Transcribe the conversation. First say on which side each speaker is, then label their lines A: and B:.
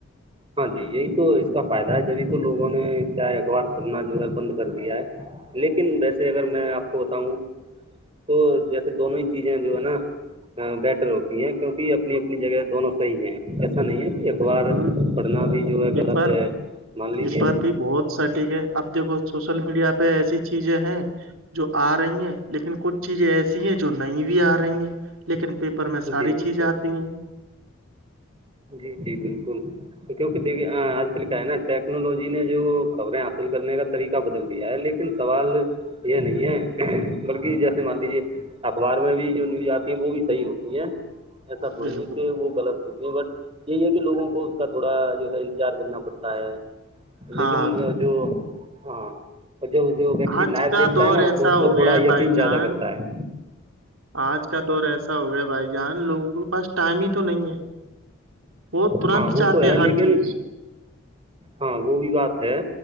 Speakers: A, on the right; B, on the right.
A: ہاں جی یہی تو اس کا فائدہ ہے جبھی تو لوگوں نے کیا اخبار پڑھنا جو ہے بند کر دیا ہے لیکن ویسے اگر میں آپ کو بتاؤں تو جیسے دونوں ہی چیزیں جو ہے نا بیٹر ہوتی ہیں کیونکہ اپنی اپنی جگہ دونوں صحیح ہیں ایسا نہیں ہے کہ اخبار
B: بالکل
A: پڑھنا بھی جو ہے
B: پیپر
A: غلط ہے مان لیجیے
B: پیپر بہت سٹھیک ہے اب دیکھو سوشل میڈیا پہ ایسی چیزیں ہیں جو آ رہی ہیں لیکن کچھ چیزیں ایسی ہیں جو نہیں بھی آ رہی ہیں لیکن پیپر میں ساری
A: جی بالکل
B: چیزیں آتی ہیں
A: جی جی بالکل کیونکہ د آج کل کیا ہے نا ٹیکنالوجی نے جو خبریں حاصل کرنے کا طریقہ بدل دیا ہے لیکن سوال یہ نہیں ہے بلکہ جیسے مان لیجیے اخبار میں بھی جو نیوز آتی ہے وہ بھی صحیح ہوتی ہیں ایسا تھوڑی
B: بالکل
A: ہے کہ وہ غلط ہوتی ہیں بٹ یہی ہے کہ لوگوں کو اس کا تھوڑا جو ہے انتظار کرنا پڑتا ہے
B: ہاں
A: لیکن جو ہاں اور جب جو ویکتی
B: آج
A: لائو
B: کا
A: دیکھتا
B: دور
A: ہے نا
B: ایسا
A: تو اس
B: ہو
A: کا
B: گیا
A: تھوڑا
B: ہے
A: یقین
B: بھائی جان
A: زیادہ کرتا ہے
B: آج کا دور ایسا ہو گیا بھائی جان لوگوں کے پاس ٹائم ہی تو نہیں ہے <inaudible>
A: ہاں وہ
B: چاہتے
A: تو ہے
B: ہیں ہر
A: لیکن
B: چیز
A: ہاں وہ بھی بات ہے